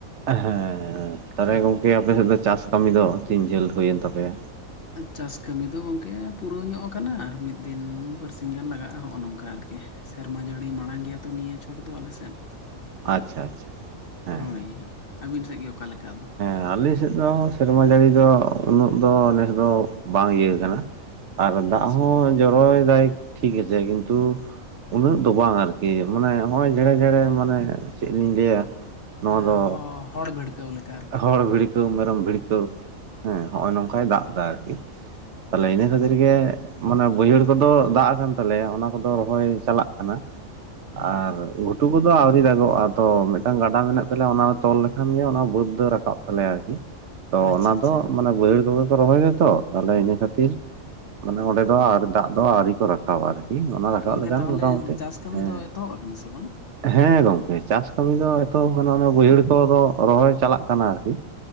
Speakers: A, on the right (about 65°); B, on the left (about 55°).
A: ᱦᱮᱸ ᱛᱟᱞᱦᱮ ᱜᱚᱝᱠᱮ ᱟᱯᱮ ᱥᱮᱫ ᱫᱚ ᱪᱟᱥ ᱠᱟᱹᱢᱤ ᱫᱚ ᱛᱤᱱ ᱡᱷᱟᱹᱞ ᱦᱩᱭᱮᱱ ᱛᱟᱯᱮᱭᱟ?
B: ᱪᱟᱥ ᱠᱟᱹᱢᱤ ᱫᱚ ᱜᱚᱝᱠᱮ ᱯᱩᱨᱟᱹᱣ ᱧᱚᱜ ᱠᱟᱱᱟ ᱟᱨ ᱢᱤᱫ ᱫᱤᱱ ᱵᱟᱨᱥᱤᱧ ᱜᱟᱱ ᱞᱟᱜᱟᱜ-ᱟ ᱦᱚᱸᱜ-ᱚ ᱱᱚᱝᱠᱟ ᱟᱨᱠᱤ᱾ ᱥᱮᱨᱢᱟ ᱡᱟᱹᱲᱤ ᱢᱟᱲᱟᱝ ᱜᱮᱭᱟ ᱛᱚ ᱱᱤᱭᱟᱹ ᱪᱷᱚᱴ ᱫᱚ ᱟᱞᱮ ᱥᱮᱫ᱾
A: ᱟᱪᱪᱷᱟ ᱟᱪᱪᱷᱟ ᱦᱮᱸ
B: ᱦᱳᱭ᱾ ᱟᱹᱵᱤᱱ ᱥᱮᱫ ᱜᱮ ᱚᱠᱟᱞᱮᱠᱟ ᱟᱫᱚ?
A: ᱟᱞᱤ ᱥᱮᱫ ᱫᱚ ᱥᱮᱨᱢᱟ ᱡᱟᱹᱲᱤ ᱫᱚ ᱩᱱᱟᱹᱜ ᱫᱚ ᱱᱮᱥ ᱫᱚ ᱵᱟᱝ ᱤᱭᱟᱹᱣ ᱠᱟᱱᱟ᱾ ᱟᱨ ᱫᱟᱜ
B: ᱟᱪᱪᱷᱟ
A: ᱦᱚᱸ ᱡᱚᱨᱚᱭ ᱫᱟᱭ ᱴᱷᱤᱠ ᱟᱪᱷᱮ ᱠᱤᱱᱛᱩ ᱩᱱᱟᱹᱜ ᱫᱚ ᱵᱟᱝ ᱟᱨᱠᱤ ᱢᱟᱱᱮ ᱦᱚᱸᱜ-ᱚᱭ ᱡᱷᱮᱲᱮ ᱡᱷᱮᱲᱮ ᱢᱟᱱᱮ ᱪᱮᱫ ᱞᱤᱧ ᱞᱟᱹᱭᱟ ᱱᱚᱣᱟ
B: ᱮᱸ
A: ᱫᱚ
B: ᱦᱚᱸ ᱦᱚᱲ ᱵᱷᱤᱲᱠᱟᱹᱣ ᱞᱟᱹᱜ
A: ᱦᱚᱲ ᱵᱷᱤᱲᱠᱟᱹᱣ, ᱢᱮᱨᱚᱢ ᱵᱷᱤᱲᱠᱟᱹᱣ ᱦᱮᱸ ᱦᱚᱸᱜ-ᱚᱭ ᱱᱚᱝᱠᱟᱭ ᱫᱟᱜ ᱫᱟ ᱟᱨᱠᱤ᱾ ᱛᱟᱞᱦᱮ
B: ᱟᱪᱪᱷᱟ
A: ᱤᱱᱟᱹ ᱠᱷᱟᱹᱛᱤᱨ
B: ᱟᱪᱪᱷᱟ
A: ᱜᱮ ᱢᱟᱱᱮ ᱵᱟᱹᱭᱦᱟᱹᱲ ᱠᱚᱫᱚ ᱫᱟᱜ ᱟᱠᱟᱱ ᱛᱟᱞᱮᱭᱟ ᱚᱱᱟ ᱠᱚᱫᱚ ᱨᱚᱦᱚᱭ ᱪᱟᱞᱟᱜ ᱠᱟᱱᱟ᱾
B: ᱦᱳᱭ
A: ᱟᱨ ᱜᱷᱩᱴ ᱞᱴᱩ ᱠᱚᱫᱚ ᱟᱣᱨᱤ ᱫᱟᱜᱚᱜ-ᱟ᱾ ᱛᱚ ᱢᱮᱫᱴᱟᱝ ᱜᱟᱰᱟ ᱢᱮᱱᱟᱜ ᱛᱟᱞᱮᱭᱟ ᱚᱱᱟ ᱛᱮ ᱛᱚᱞ ᱞᱮᱠᱷᱟᱱ ᱜᱮ ᱚᱱᱟ ᱵᱟᱹᱫᱽ <unintelligible> ᱨᱟᱠᱟᱵ ᱛᱟᱞᱮᱭᱟ ᱟᱨᱠᱤ᱾ ᱛᱚ
B: ᱟᱪᱪᱷᱟ
A: ᱚᱱᱟ
B: ᱟᱪᱪᱷᱟ
A: ᱫᱚ ᱢᱟᱱᱮ ᱵᱟᱹᱭᱦᱟᱹᱲ ᱠᱚᱜᱮ ᱠᱚ ᱨᱚᱦᱚᱭ ᱫᱟᱛᱚ ᱛᱟᱞᱦᱮ ᱤᱱᱟᱹ ᱠᱷᱟᱛᱤᱨ ᱢᱟᱱᱮ ᱚᱸᱰᱮ ᱫᱚ ᱟᱨ ᱫᱟᱜ ᱫᱚ ᱟᱣᱨᱤ ᱠᱚ ᱨᱟᱠ ᱨᱟᱠᱟᱵ ᱟᱨᱠᱤ ᱚᱱᱟ ᱨᱟᱠᱟᱵ
B: ᱜᱚᱝᱠᱮ
A: ᱞᱮᱠᱷᱟᱱ
B: ᱛᱟᱦᱚᱞᱮ
A: ᱢᱚᱴᱟᱢᱩᱴᱤ
B: ᱪᱟᱥ ᱠᱟᱹᱢᱤ
A: ᱦᱮᱸ
B: ᱫᱚ ᱮᱛᱚᱦᱚᱵ ᱟᱠᱟᱱᱟ ᱥᱮ ᱵᱟᱝ?
A: ᱦᱮᱸ ᱜᱚᱢᱠᱮ ᱪᱟᱥ ᱠᱟᱹᱢᱤ ᱫᱚ ᱮᱛᱚᱦᱚᱵ ᱠᱟᱱᱟ ᱚᱱᱟ ᱵᱟᱹᱭᱦᱟᱹᱲ ᱠᱚ ᱫᱚ ᱨᱚᱦᱚᱭ ᱪᱟᱞᱟᱜ ᱠᱟᱱᱟ ᱟᱨᱠᱤ᱾